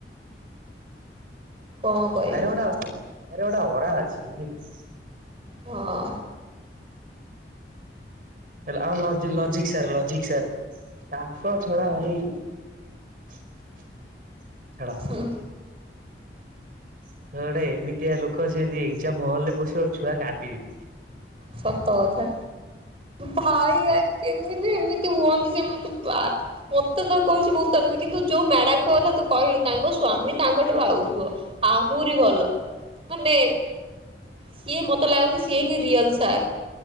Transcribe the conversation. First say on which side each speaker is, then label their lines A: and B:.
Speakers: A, on the right; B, on the right.
A: କଣ କହିବି
B: ଭାଇର ଓଟା, ଭାଇର ଗୋଟେ ଓରା ଅଛି ବୁଝିଲିଲୁ।
A: ହଁ।
B: ଆମ ଲଜି-ଲଜିକ୍ ସାର୍, ଲଜିକ୍ ସାର୍ ତାଙ୍କ ଛଡ଼ା ଭାଇ, ଛାଡ।
A: ହୁଁ।
B: ସିଏ ଗୋଟେ ଏମିତିଆ ଲୋକ ସେ ଜଦୀ ଏକଜାମ୍ ହଲ୍ ରେ ପଶିବ, ଛୁଆ କାନ୍ଦିବେ।
A: ସତ କଥା। ଭାଇ ଏ କେମିତି ଏମିତି ହୁଅନ୍ତି ସେ ମତେ ପା ମତେ ତ କହୁଛି ବୋହୁତ୍, କିନ୍ତୁ ଯୋଉ ମ୍ୟାଡାମଙ୍କ କଥା ତୁ କହିଲୁ ତାଙ୍କ ସ୍ଵାମୀ ତାଙ୍କଠାରୁ ଆଉଥିବ। ଆହୁରି ଭଲ। ମାନେ ସିଏ ମତେ ଲାଗନ୍ତି ସିଏ ହିଁ ରିଅଲ୍। ସାର୍